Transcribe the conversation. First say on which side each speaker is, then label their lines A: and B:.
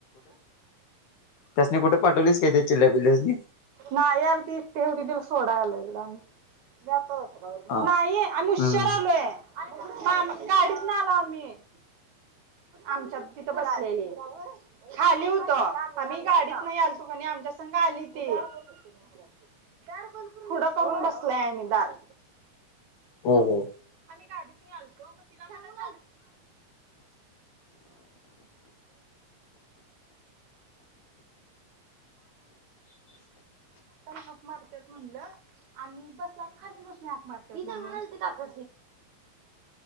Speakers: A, on the left; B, on the right.
A: त्यासनी कुठे पाठवलीस काय ते चिल्ल्या पिल्ल्यासनी
B: नाय यार ति तेवढे दिवस सोडा आलेलो <unintelligible>
A: हा
B: नाही आम्ही उशिरा
A: हम्म
B: आलोय गाडीतनं आलो आम्ही आमच्या तिथं पन आलेले खाली होतो आम्ही गाडीत नाही आलतो कनी आमच्या संघ आली ते दार बंद करून पुडं करून बसलायआणि दार
A: हो हो
B: आम्ही गाडीत नि आलतो <inaudible> <inaudible> हाक मारतात म्हणलं आणि बसल्यावर खाली बसून हाक मारत्यात <unintelligible> थांब